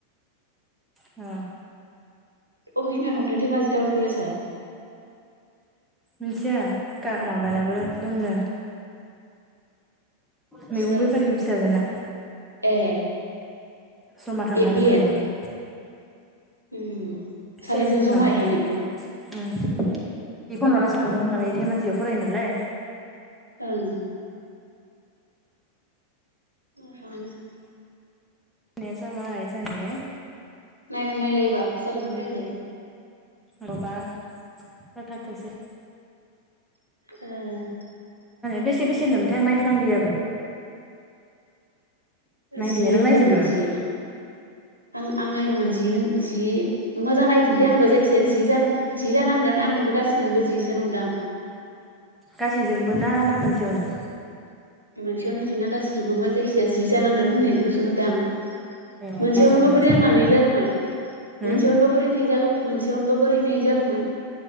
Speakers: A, in the centre; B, on the right.
A: औ।
B: अबेखिनियाव दंथायै धेमाजि टाउन कलेजआ।
A: मिथिया माबानाबो दंनो। मैगं
B: सोर
A: बेफारिनि फिसाजोना।
B: ए
A: जमा थांनो
B: ए
A: हागोनदे
B: बि एड
A: इयावनो
B: उम सानैजों
A: सेम
B: जमा
A: माबायावनो।
B: इहायनो
A: बे फन हरना सोंहरदों माने धेमाजियाव फरायो नालाय
B: ओं। म जानो <unintelligible>
A: होननाया जाबाय जानायालाय
B: नायना नायलाय एबार जादोंना जायाखै?
A: माबार जाथारथोसै।
B: <unintelligible>
A: बेसे बेसे होनदोमोन थाय आं नायफ्लांदियाबो नायदिया
B: जि
A: नों
B: होनदोंमोन
A: नायजोबदोंमोन
B: जि आं आं नायदोंमोन जि होन जि मोजां नायजोबदिया आंबो जायखिजाया जि जानो जि जानांगोन आंनोबो गासैजोंबो जिसो नंदां
A: गासैजोंबो ना ना मोनसेयावनो
B: मोनसेयावनो जिना गाासै जोंबोमोन जायखिजाया जि जानांगोन होननायल'सो नुदां मोनसेयावनो
A: ए नायसनदियासै
B: बो बोरै आं
A: आङो
B: हाबनाय जागोमोन
A: होम
B: मोनसेयावनोथ' बोरै नायजागौ मोनसेयावनोबा बोरै नै जागौमोन